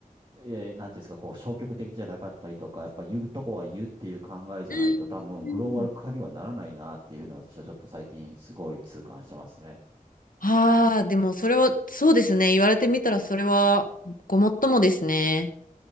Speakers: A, on the right; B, on the left.
A: う、えー、なんていうんですか、こう、消極的じゃなかったりとか、やっぱ言うとこは言うっていう考えじゃないと、
B: うん。
A: 多分グローバル化にはならないなっていうのは私はちょっと最近すごい痛感してますね。
B: うんああ、でもそれは、そうですね。言われてみたらそれはごもっともですね。